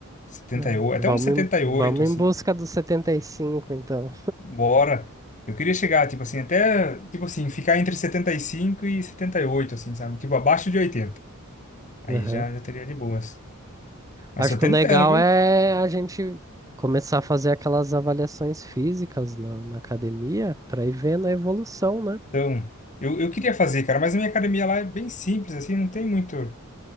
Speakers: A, on the left; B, on the right.
A: setenta
B: É,
A: e oito,
B: Vamos
A: até uns 78,
B: em, vamos
A: assim.
B: em busca dos 75, então.
A: Bora. Eu queria chegar, tipo assim, até, tipo assim, ficar entre setenta e cinco e e setenta e oito assim, sabe? Tipo, abaixo de oitenta Aí
B: Aham.
A: já, já teria de boas. Mas
B: Acho
A: tô
B: que
A: tentando,
B: o legal
A: viu?
B: é a gente começar a fazer aquelas avaliações físicas na, na academia para ir vendo a evolução, né?
A: Então, eu, eu queria fazer, cara, mas a minha academia lá é bem simples, assim, não tem muito